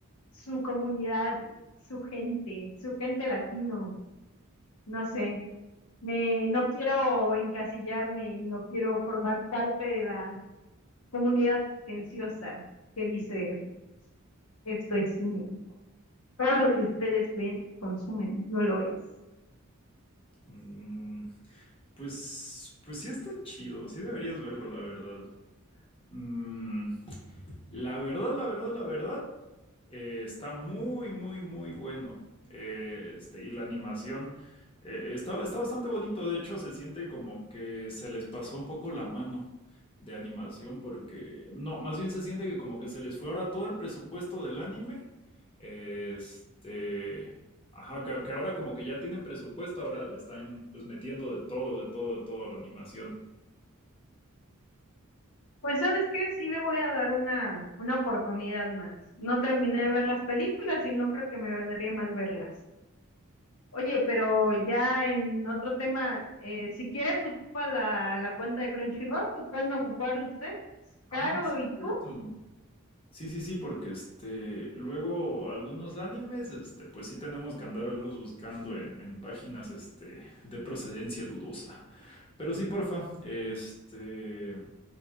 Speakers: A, on the left; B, on the left.
A: su comunidad, su gente, su gente latino, no sé. Me, no quiero encasillarme y no quiero formar parte de la comunidad pretenciosa que dice esto es cine. Todo lo que ustedes ven y consumen no lo es.
B: Mm, pues, pues sí está chido, sí deberías verlo, la verdad. Mm, La verdad, la verdad, la verdad, eh, está muy, muy, muy bueno. Eh, este, y la animación eh, está, está bastante bonito. De hecho, se siente como que se les pasó un poco la mano de animación porque, no, más bien se siente que como que se les fue ahora todo el presupuesto del anime. Este, ajá, que, que ahora como que ya tienen presupuesto, ahora le están pues metiendo de todo, de todo, de todo a la animación.
A: Pues ¿sabes qué? Sí le voy a dar una, una oportunidad más. No terminé de ver las películas y no creo que me vendría mal verlas. Oye, pero ya en otro tema, eh, si quieres ocupa la, la cuenta de Crunchyroll, lo pueden ocupar ustedes,
B: Ah,
A: Caro
B: sí, es
A: y
B: cierto.
A: tú,
B: Sí, sí, sí, porque este, luego algunos animes, este, pues sí tenemos que andarlos buscando en, en páginas, este, de procedencia dudosa. Pero sí, porfa, este,